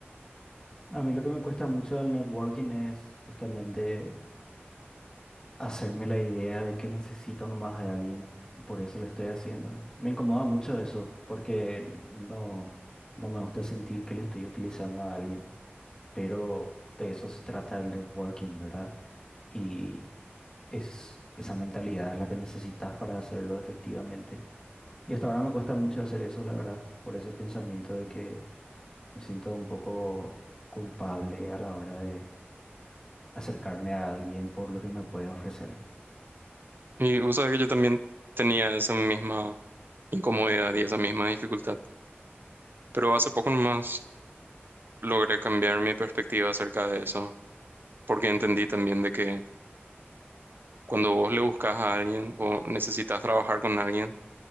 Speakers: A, on the left; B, on the right.
A: A mí lo que me cuesta mucho del networking es justamente hacerme la idea de que necesito nomás de alguien y por eso lo estoy haciendo. Me incomoda mucho eso porque no, no me gusta sentir que le estoy utilizando a alguien, pero de eso se trata el networking, ¿verdad? Y es esa mentalidad es la que necesitas para hacerlo efectivamente. Y hasta ahora me cuesta mucho hacer eso, la verdad, por ese pensamiento de que Me siento un poco culpable a la hora de acercarme a alguien por lo que me puede ofrecer.
B: Y vos sabés que yo también tenía esa misma incomodidad y esa misma dificultad, pero hace poco nomás logré cambiar mi perspectiva acerca de eso porque entendí también de que Cuando vos le buscas a alguien o necesitas trabajar con alguien,